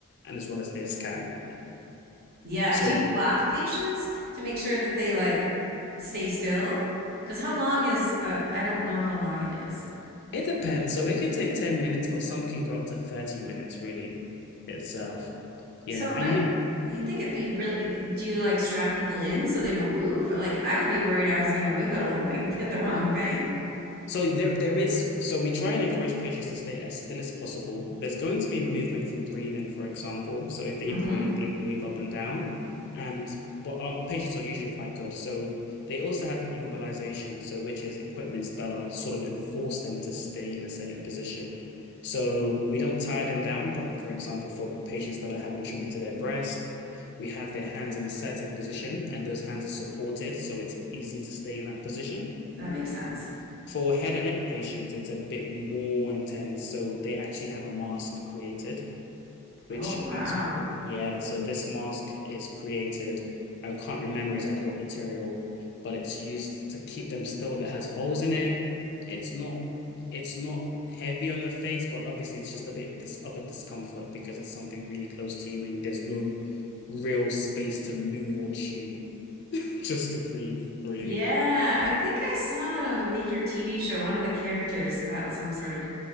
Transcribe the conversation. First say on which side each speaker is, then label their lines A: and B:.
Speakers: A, on the left; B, on the right.
A: and as well as their scan.
B: Yeah,
A: So
B: do you block patients to make sure that they like stay still? Because how long is uh, I don't know how long it is.
A: it depends. So it can take 10 minutes, but some can go up to 30 minutes really itself. Yeah.
B: So it
A: And
B: might,
A: we
B: you'd think it'd be really, do you like strap people in so they don't move? Like I would be worried I was gonna wiggle and like hit the wrong thing.
A: So there there is so we try and encourage patients to stay as still as possible. There's going to be movement from breathing, for example. So if they
B: Mm-hmm.
A: breathe, they will move up and down. And but our patients are usually quite good. So they also have immobilization, so which is equipments that are sort of enforce them to stay in a certain position. So we don't tie them down, but for example, for patients that are having treatment to their breast, we have their hands in a certain position and those hands are supported, so it's easier to stay in that position.
B: That makes sense.
A: For head and neck patients, it's a bit more intense. So they actually have a mask created, which
B: Oh, wow.
A: has, yeah. So this mask is created. I can't remember exactly what material, but it's used to keep them still. It has holes in it. It's not, it's not heavy on the face, but obviously it's just a bit dis of a discomfort because it's something really close to you and there's no real space to move or chew, <laughs> just to breathe, really.
B: Yeah, I think I saw that on a major TV show. One of the characters got some sort of,